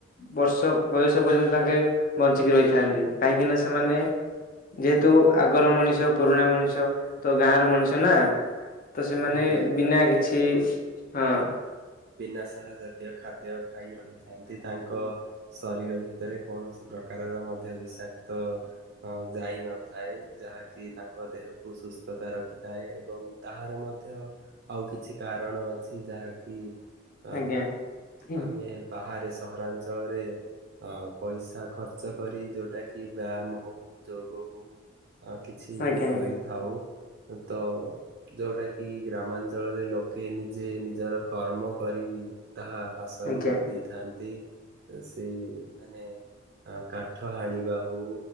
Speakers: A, on the left (about 45°); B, on the right (about 55°).
A: ବର୍ଷ ବୟସ ପର୍ଯ୍ୟନ୍ତ ତାଙ୍କେ ବଞ୍ଚିକି ଅ ରହିଥାନ୍ତି କାହିଁକି ନା ସେମାନେ ଯେହେତୁ ଆଗର ମଣିଷ ପୁରୁଣା ମଣିଷ ତୋ ଗାଁ ର ମଣିଷ ନା। ତ ସେମାନେ
B: ଆଜ୍ଞା ଆଜ୍ଞା
A: ବିନା
B: ନିହାତି
A: କିଛି
B: ଭାବରେ
A: ହଁ
B: ବିନା ସାର ଜାତୀୟ ଖାଦ୍ୟ ଖାଇ ରହିଥାନ୍ତି ତାଙ୍କ ଶରୀର ଭିତରେ କୌଣସି ପ୍ରକାରର ମଧ୍ୟ ବିଷାକ୍ତ ଅ ଯାଇନଥାଏ। ଯାହାକି ତାଙ୍କ ଦେହକୁ ସୁସ୍ଥତା ରଖିଥାଏ ଏବଂ ତାହାର ମଧ୍ୟ ମଧ୍ୟ ଆଉ କିଛି କାରଣ ଅଛି ଯାହାକି ଅ
A: ଆଜ୍ଞା ଆଜ୍ଞା
B: ଆମେ ବାହାରେ ସହରାଞ୍ଚଳରେ ଅ ପଇସା ଖର୍ଚ୍ଚ କରି ଯୋଉଟା କି ବ୍ୟାୟାମ ହଉ ଯୋଗ ହଉ। ଆ କିଛି
A: ଆଜ୍ଞା
B: କରିଥାଉ ତ ଯୋଉଟା କି କି ଗ୍ରାମାଞ୍ଚଳରେ ଲୋକେ ନିଜେ ନିଜର କର୍ମ କରି ତାହା ହାସଲ
A: ଆଜ୍ଞା
B: କରିଦେଇଥାନ୍ତି ସେ ମାନେ ଆ କାଠ ହାଣିବା ହଉ